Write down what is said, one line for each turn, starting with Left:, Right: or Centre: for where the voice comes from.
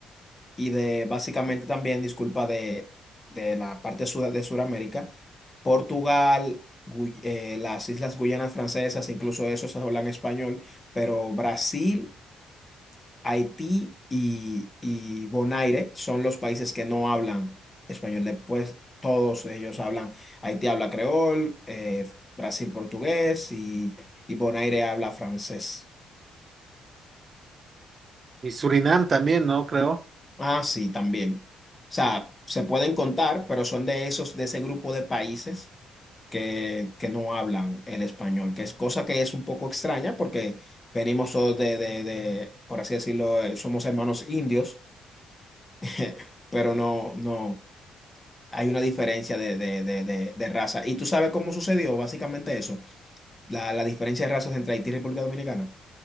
Left: y de básicamente también, disculpa, de, de la parte sur- de Sudamérica, Portugal, Gu- eh, las Islas Guyanas Francesas, incluso esos hablan español, pero Brasil, Haití y, y Bonaire son los países que no hablan español. Después todos ellos hablan, Haití habla creol, eh, Brasil portugués y, y Bonaire habla francés.
Right: Y Surinam también, ¿no? Creo.
Left: Ah, sí, también. O sea, se pueden contar, pero son de esos, de ese grupo de países que, que no hablan el español, que es cosa que es un poco extraña porque venimos todos de, de, de, por así decirlo, eh, somos hermanos indios, <laughs> pero no, no, hay una diferencia de, de, de, de, de raza. ¿Y tú sabes cómo sucedió básicamente eso? La, la diferencia de razas entre Haití y República Dominicana.